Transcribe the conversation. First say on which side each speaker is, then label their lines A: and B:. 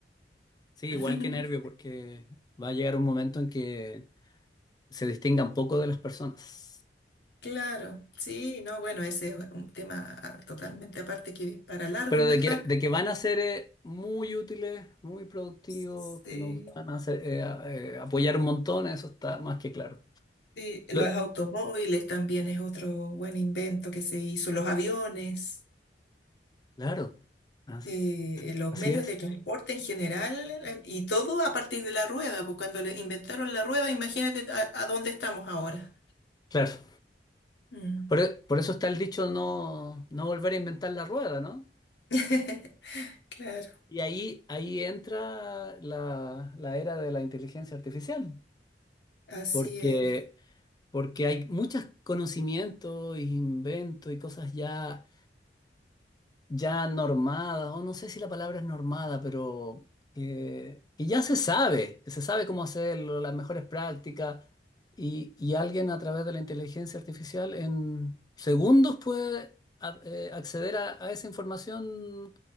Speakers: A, on the left; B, on the left.
A: sí, igual
B: <laughs>
A: que nervio, porque va a llegar un momento en que se distingan poco de las personas.
B: Claro, sí, no, bueno, ese es un tema totalmente aparte que para largo,
A: Pero
B: en
A: de
B: verdad.
A: que, de que van a ser eh, muy útiles, muy productivos,
B: Sí.
A: que nos van a hacer, eh, a- eh, apoyar un montón, eso está más que claro.
B: Sí, los
A: Lo-
B: automóviles también es otro buen invento que se hizo, los aviones,
A: claro, as-
B: eh, los
A: así
B: medios
A: es.
B: de transporte en general, eh, y todo a partir de la rueda, porque cuando le inventaron la rueda, imagínate a, a dónde estamos ahora.
A: Claro.
B: Mm.
A: Por, e- por eso está el dicho no, no volver a inventar la rueda, ¿no?
B: <laughs> Claro,
A: Y ahí, ahí entra la, la era de la inteligencia artificial,
B: así
A: porque,
B: es,
A: porque hay muchos conocimientos, inventos y cosas ya ya normada, o no sé si la palabra es normada, pero eh, que ya se sabe, que se sabe cómo hacerlo, las mejores prácticas, y, y alguien a través de la inteligencia artificial en segundos puede a- eh, acceder a, a esa información